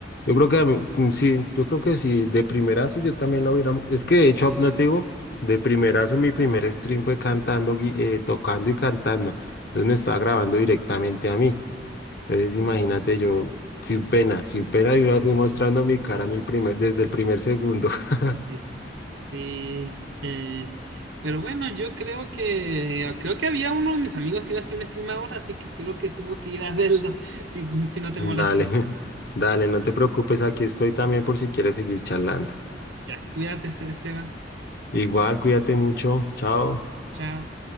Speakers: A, on the left; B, on the right.
A: Yo
B: Mm.
A: creo que
B: <laughs>
A: a mí, mm, sí, yo creo que sí, de primerazo yo también lo hubiera. Es que de hecho, no te digo, de primerazo mi primer stream fue cantando, gui- eh, tocando y cantando. Entonces me estaba grabando directamente a mí. Entonces imagínate yo, sin pena, sin pena, yo ya fui mostrando mi cara en el primer, desde el primer segundo. <laughs>
B: Ujú. Sí, eh, pero bueno, yo creo que, ah, creo que había uno de mis amigos iba a hacer un stream ahora, así que creo que tengo que ir a verlo, <laughs> si, si no te molesta.
A: Dale, <laughs> dale, no te preocupes, aquí estoy también por si quieres seguir charlando.
B: Ya, cuídate, Esteban.
A: Igual, cuídate mucho. Chao.
B: Chao.